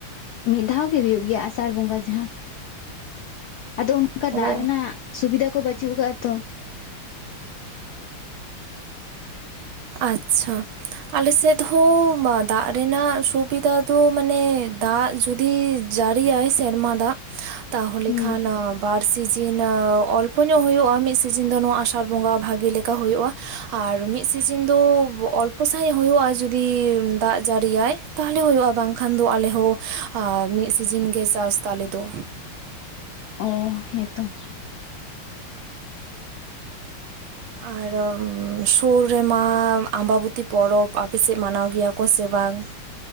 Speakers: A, on the left; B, on the right.
A: ᱢᱤᱫ ᱫᱷᱟᱣ ᱜᱮ ᱦᱳᱭᱳᱜ ᱜᱮᱭᱟ ᱟᱥᱟᱲ ᱵᱚᱸᱜᱟ ᱡᱟᱦᱟᱸ ᱟᱫᱚ ᱚᱱᱠᱟ
B: ᱚ
A: ᱫᱟᱜ ᱨᱮᱱᱟᱜ ᱥᱩᱵᱤᱫᱷᱟ ᱠᱚ ᱵᱟᱹᱪᱩᱜ ᱠᱟᱜᱼᱟ ᱛᱚ᱾
B: ᱟᱪᱼᱪᱷᱟ ᱾ ᱟᱞᱮᱥᱮᱫ ᱦᱚᱸ ᱫᱟᱜ ᱨᱮᱱᱟᱜ ᱥᱩᱵᱤᱫᱟ ᱫᱚ ᱢᱟᱱᱮ ᱫᱟᱜ ᱡᱩᱫᱤ ᱡᱟᱹᱨᱤᱭᱟᱭ ᱥᱮᱨᱢᱟ ᱫᱟᱜ ᱛᱟᱦᱚᱞᱮ
A: ᱦᱩᱸ
B: ᱠᱷᱟᱱ ᱵᱟᱨ ᱥᱤᱡᱤᱱ ᱚᱞᱯᱚ ᱧᱚᱜ ᱦᱩᱭᱩᱜᱼᱟ ᱢᱤᱫ ᱥᱤᱡᱤᱱ ᱫᱚ ᱱᱚᱣᱟ ᱟᱥᱟᱲ ᱵᱚᱸᱜᱟ ᱵᱷᱟᱜᱤ ᱞᱮᱠᱟ ᱚᱱᱠᱟ ᱦᱩᱭᱩᱜᱼᱟ ᱟᱨ ᱢᱤᱫ ᱥᱤᱡᱤᱱ ᱫᱚ ᱚᱞᱯᱚ ᱥᱟᱹᱦᱤᱡ ᱦᱳᱭᱳᱼᱟ ᱡᱩᱫᱤ ᱫᱟᱜ ᱡᱟᱹᱲᱤᱭᱟᱭ᱾ ᱛᱟᱦᱚᱞᱮ ᱦᱩᱭᱩᱜᱼᱟ ᱵᱟᱝᱠᱷᱟᱱ ᱫᱚ ᱟᱞᱮᱦᱚ ᱢᱤᱫ ᱥᱤᱡᱤᱱ ᱜᱮ ᱪᱟᱥ ᱛᱟᱞᱮ ᱫᱚ᱾
A: ᱚ ᱦᱮᱸ ᱛᱚ ᱾
B: ᱟᱨᱦᱚᱻ ᱥᱩᱨ ᱨᱮᱢᱟᱻ ᱟᱢᱵᱟᱵᱚᱛᱤ ᱯᱚᱨᱚᱵᱽ ᱟᱯᱮ ᱥᱮᱫ ᱢᱟᱱᱟᱣ ᱜᱮᱭᱟ ᱠᱚ ᱥᱮ ᱵᱟᱝ?